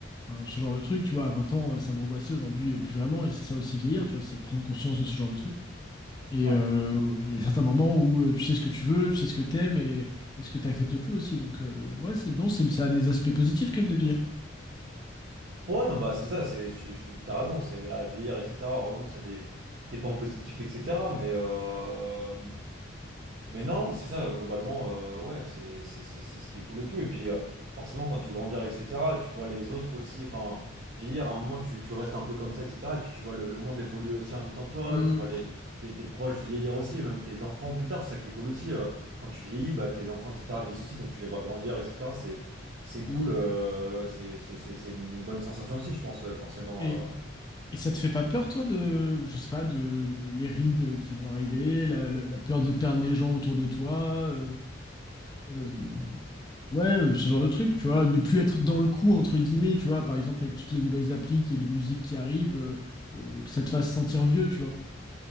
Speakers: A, on the left; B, on the right.
A: enfin, ce genre de truc, tu vois, à 20 ans, euh, ça m'angoissait aujourd'hui euh, plus vraiment, et c'est ça aussi vieillir, tu vois, c'est prendre conscience de ce genre de truc. Et
B: Ouais.
A: euh, il y a certains moments où euh, tu sais ce que tu veux, tu sais ce que t'aimes et, et ce que t'acceptes plus aussi. Donc, euh, ouais, c'est, non, c'est, ça a des aspects positifs quand même de vieillir.
B: Ouais, non, bah, c'est ça, c'est, tu, tu- t'as raison, c'est à vieillir, etc. Heureusement que ça a des, des points positifs, etc. Mais, euh, mais non, c'est ça, euh, globalement, euh, ouais, c'est c'est- c'est- c'est ce qui est cool et tout. Et puis, euh, forcément, quand tu grandis, etc., tu vois les autres aussi, enfin, vieillir, à un moment, tu, tu restes un peu comme ça, etc. Et puis, tu vois le, le monde évoluer aussi en même temps que toi,
A: Mm,
B: tu vois les, tes, tes proches vieillir aussi, et même tes enfants plus tard, c'est ça qui est cool aussi. euh, quand tu vieillis, bah, tes enfants, etc., vieillissent aussi, donc tu les vois grandir, etc. C'est c'est cool,
A: mm.
B: euh, c'est c'est- c'est- c'est une bonne sensation aussi, je pense, euh, forcément.
A: Et,
B: euh,
A: Et ça te fait pas peur, toi, de, je sais pas, de le- les rides qui vont arriver, la, la- la peur de perdre les gens autour de toi, euh, euh, ouais, euh, ce genre de truc, tu vois, ne plus être dans le coup entre guillemets, tu vois, par exemple avec toutes les nouvelles applis et les musiques qui arrivent, euh, euh, que ça te fasse sentir vieux, tu vois.